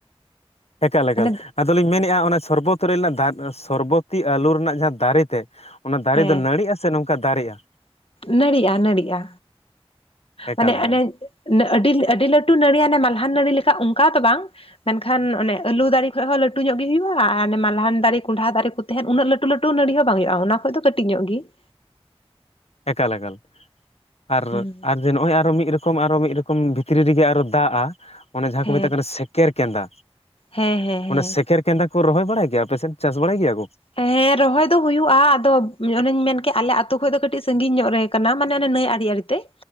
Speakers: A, on the left (about 80°); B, on the left (about 60°).
A: ᱮᱠᱟᱞ ᱮᱠᱟᱞ
B: ᱢᱟᱱᱮ
A: ᱟᱫᱚᱞᱤᱧ ᱢᱮᱱᱮᱫᱼᱟ ᱚᱱᱟ ᱥᱚᱨᱵᱚᱛ ᱨᱮ ᱨᱮᱱᱟᱜ ᱫᱟ ᱥᱚᱨᱵᱚᱛᱤ ᱟᱞᱩ ᱨᱮᱱᱟᱜ ᱡᱟᱦᱟᱸ ᱫᱟᱨᱮ ᱛᱮᱫ ᱚᱱᱟ ᱫᱟᱨᱮ
B: ᱦᱮᱸ
A: ᱫᱚ ᱱᱟᱹᱲᱤᱜᱼᱟ ᱥᱮ ᱱᱚᱝᱠᱟ ᱫᱟᱨᱮᱜᱼᱟ
B: ᱱᱟᱹᱲᱤᱜᱼᱟ ᱱᱟᱹᱲᱤᱜᱼᱟ
A: ᱮᱠᱟᱞ
B: ᱢᱟᱱᱮ ᱚᱱᱮ
A: ᱮᱠᱟᱞ
B: ᱟᱹᱰᱤ ᱟᱹᱰᱤ ᱞᱟᱹᱴᱩ ᱱᱟᱹᱲᱤ ᱟᱱᱮ ᱢᱟᱞᱦᱟᱱ ᱱᱟᱹᱲᱤ ᱞᱮᱠᱟ ᱚᱱᱠᱟ ᱫᱚ ᱵᱟᱝ ᱾ ᱢᱮᱱᱠᱷᱟᱱ ᱚᱱᱮ ᱟᱹᱞᱩ ᱫᱟᱨᱮ ᱠᱷᱚᱡ ᱦᱚᱸ ᱞᱟᱹᱴᱩ ᱧᱚᱜ ᱜᱮ ᱦᱩᱭᱩᱜᱼᱟ ᱟᱨ ᱢᱟᱞᱦᱟᱱ ᱫᱟᱨᱮ ᱠᱚᱸᱰᱷᱟ ᱫᱟᱨᱮ ᱠᱚ ᱛᱟᱦᱮᱱ ᱩᱱᱟᱹᱜ ᱞᱟᱹᱴᱩ ᱞᱟᱹᱴᱩ ᱱᱟᱲᱤ ᱦᱚᱸ ᱵᱟᱝ ᱦᱩᱭᱩᱜᱼᱟ, ᱚᱱᱟ ᱠᱷᱚᱱ ᱫᱚ ᱠᱟᱹᱴᱤᱡ ᱧᱚᱜ ᱜᱮ ᱾
A: ᱮᱠᱟᱞ ᱮᱠᱟᱞ ᱟᱨ
B: ᱦᱮᱸ
A: ᱟ ᱡᱮ ᱱᱚᱜ ᱚᱭ ᱟᱨᱚ ᱢᱤᱫ ᱨᱚᱠᱚᱢ ᱟᱨᱚ ᱢᱤᱫ ᱨᱚᱠᱚᱢ ᱵᱷᱤᱛᱨᱤ ᱨᱮᱜᱮ ᱟᱨᱚ ᱫᱟᱜᱼᱟ ᱚᱱᱮ ᱡᱟᱦᱟᱸ ᱠᱚ
B: ᱦᱮᱸ
A: ᱢᱮᱛᱟᱜ ᱠᱟᱱᱟ ᱥᱮᱠ ᱠᱮᱨ ᱠᱮᱸᱱᱫᱟ
B: ᱦᱮᱸ ᱦᱮᱸ
A: ᱚᱱᱮ ᱥᱮᱠᱮᱨ ᱠᱮᱸᱱᱫᱟ ᱠᱚ ᱨᱚᱦᱚᱭ ᱵᱟᱲᱟᱭ ᱜᱮᱭᱟ ᱟᱯᱮ ᱥᱮᱫ ᱪᱟᱥ ᱵᱟᱲᱟᱭ ᱜᱮᱭᱟ ᱠᱚ?
B: ᱦᱮᱸ ᱨᱚᱦᱚᱭ ᱫᱚ ᱦᱩᱭᱩᱜ-ᱟ ᱟᱫᱚ ᱚᱱᱮᱧ ᱢᱮᱱᱠᱮᱜ ᱟᱞᱮ ᱟᱛᱩ ᱠᱷᱚᱡ ᱫᱚ ᱠᱟᱹᱴᱤᱡ ᱥᱟᱹᱜᱤᱧ ᱧᱚᱜ ᱨᱮ ᱠᱟᱱᱟ ᱢᱟᱱᱮ ᱚᱱᱮ ᱱᱟᱹᱭ ᱟᱲᱤ ᱟᱲᱤ ᱛᱮ ᱾